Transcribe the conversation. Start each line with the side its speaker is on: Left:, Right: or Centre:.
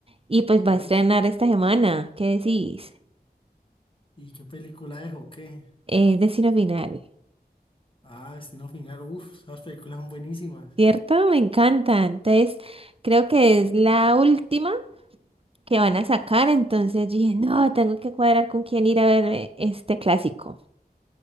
Right: y pues
Left: Sí.
Right: va a estrenar esta semana. ¿Qué decís?
Left: ¿Y qué película es o qué?
Right: Es Destino Final,
Left: Ah, Destino Final. Uf, esas películas son buenísimas.
Right: ¿cierto? Me encanta. Entonces, creo que es la última que van a sacar, entonces dije, no, tengo que cuadrar con quién ir a ver eh, este clásico.